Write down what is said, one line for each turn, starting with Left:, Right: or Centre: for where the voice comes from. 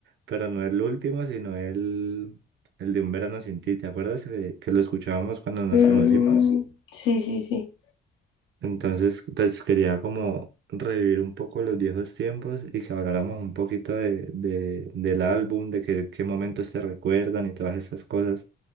Right: pero no el último, sino el, el de Un Verano Sin Ti. ¿Te acuerdas que, que lo escuchábamos cuando nos
Left: Mm,
Right: conocimos?
Left: sí, sí, sí.
Right: Entonces, pues quería como revivir un poco los viejos tiempos y que habláramos un poquito de, de- del álbum, de que- qué momentos te recuerdan y todas esas cosas,